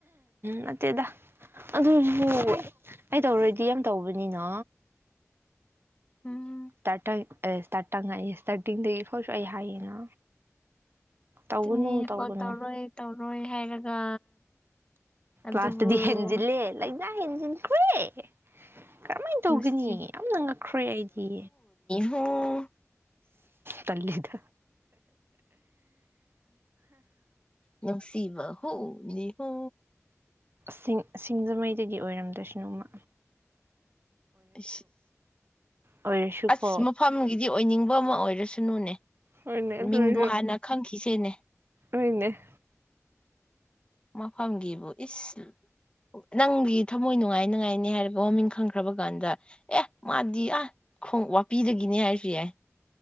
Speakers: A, on the right; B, on the left.
A: ꯅꯠꯇꯦꯗ ꯑꯗꯨꯕꯨ ꯑꯩ ꯇꯧꯔꯣꯏꯗꯤ ꯁꯤ ꯌꯥꯝ ꯇꯧꯕꯅꯤꯅ
B: ꯎꯝ
A: ꯏꯁꯇꯥꯇꯇꯥꯇ ꯏꯁꯇꯥꯔꯇꯤꯡꯗꯒꯤ ꯐꯔꯁꯨ ꯑꯩ ꯍꯥꯏꯌꯦꯅ ꯇꯧꯒꯅꯨ
B: ꯑꯗꯨꯅꯦ
A: ꯇꯧꯒꯅꯨ
B: ꯐꯣ ꯇꯧꯔꯣꯏ ꯇꯧꯔꯣꯏ ꯍꯥꯏꯔꯒ ꯑꯗꯨꯕꯨ
A: ꯂꯇꯗꯤ ꯍꯟꯖꯂꯦ ꯅ ꯍꯤꯟꯁꯤꯤꯟ ꯈꯏꯦ ꯀꯔꯍꯥꯏꯅ ꯇꯧꯒꯅꯤ
B: ꯅꯨꯡꯁꯤ
A: ꯌꯥꯝꯅꯪ ꯉꯛꯈ꯭ꯔꯣꯏ ꯑꯩꯗꯤ
B: ꯑꯣ
A: ꯇꯜꯂꯤꯗ
B: ꯅꯨꯡꯁꯤꯕ ꯍ ꯃꯤꯅꯤ ꯍꯣ
A: ꯁꯤꯡ ꯁꯤꯡꯖꯃꯩꯗꯒꯤ ꯑꯣꯏꯔꯝꯗꯁꯅꯨꯃ
B: ꯑ
A: ꯑꯣꯏꯔꯁꯨꯀꯣ
B: ꯑꯁ ꯃꯐꯝꯒꯤꯗꯤ ꯑꯣꯏꯅꯤꯡꯕ ꯑꯃ ꯑꯣꯏꯔꯦ ꯁꯅꯨꯅꯦ
A: ꯍꯣꯏꯅꯦ ꯑꯗꯨ
B: ꯃꯤꯡꯗꯣ
A: ꯑꯣꯏꯔꯁꯨ
B: ꯍꯥꯟꯅ ꯈꯪꯈꯤꯁꯦꯅꯦ
A: ꯍꯣꯏꯅꯦ
B: ꯃꯐꯝꯒꯤꯕꯨ ꯏꯁ ꯅꯪꯒꯤ ꯊꯃꯣꯏ ꯅꯨꯡꯉꯥꯏ ꯉꯥꯏꯅꯦ ꯍꯥꯏꯔꯒ ꯃꯃꯤꯡ ꯈꯪꯈ꯭ꯔꯕ ꯀꯥꯟꯗ ꯑꯦ ꯃꯥꯗꯤ ꯑ ꯈꯣꯡ ꯋꯥꯄꯤꯗꯒꯤꯅꯦ ꯍꯥꯏꯔꯁꯨ ꯌꯥꯏ